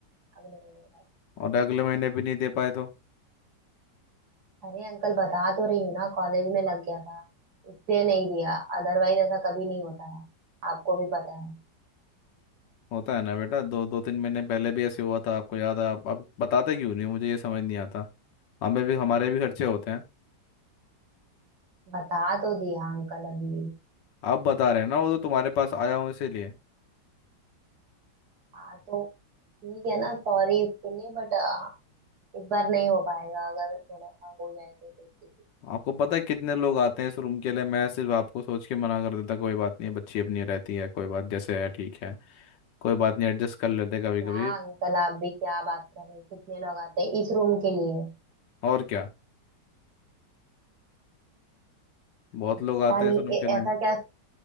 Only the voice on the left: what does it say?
और अगले महीने भी नहीं दे पाए तो
होता है ना बेटा दो दो तीन महीने पहले भी ऐसे हुआ था आपको याद है आप, आप बताते क्यों नहीं हो? मुझे ये समझ नहीं आता हमें भी हमारे भी खर्चे होते हैं
आप बता रहे हैं ना वो तो तुम्हारे पास आया हूँ इसीलिए
आपको पता है कितने लोग आते हैं इस रूम के लिए मैं सिर्फ आपको सोच के मना कर देता कोई बात नहीं है बच्ची अपनी रहती है कोई बात जैसे है ठीक है कोई बात नहीं एडजस्ट कर लेते कभी
कभी
और क्या बहुत लोग
आते
हैं इस रूम के
लिए